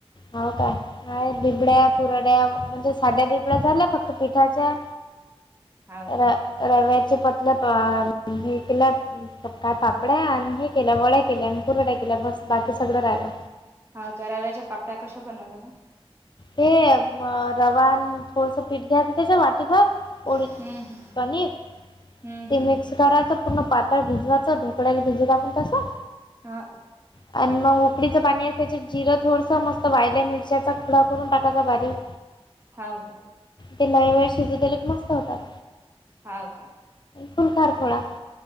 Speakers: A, on the left (about 45°); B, on the right (about 25°).
A: हो का काय बिबड्या कुराड्या म्हणजे साध्या बिबड्या झाल्या फक्त पिठाच्या
B: हाव
A: रव्याचे
B: काय
A: पतल्या <unintelligible> काय पापड्या आणि हे केल्या वड्या केल्या आणि कुरड्या केल्या बस बाकी सगळं राहिलं
B: हा का रव्याच्या पापड्या कशा बनवल्या मग
A: हे रवा अन थोडस पीठ घ्यायचं त्याच वाटीभर पोळी
B: हम्म
A: कनिक
B: हम्म
A: ते
B: हम्म
A: मिक्स कराच पूर्ण पातळ भिजवायचं ढोकळ्याला भिजवतो आपण तसं
B: हा
A: आणि मग उकडीचं पाणी आहे त्याच्यात जिरं थोडसं मस्त वाळल्या मिरच्याच चुरा करून टाकायचा बारीक
B: हाव का
A: ते लई वेळ शिजु दीले की मस्त होतात
B: हाव का
A: फुलकार थोडा